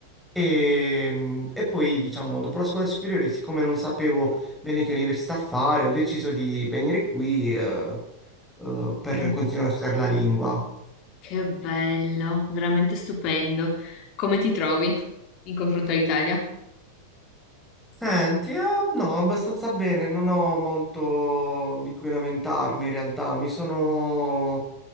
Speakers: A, in the centre; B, on the left.
A: E, e poi, diciamo, dopo la scuola superiore, siccome non sapevo bene che università fare, ho deciso di venire qui eh, eh, per
B: Eh,
A: continuare a studiare la lingua.
B: Che bello, veramente stupendo. Come ti trovi in confronto all'Italia?
A: Senti, eh, no, abbastanza bene, non ho molto di cui lamentarmi in realtà. Mi sono...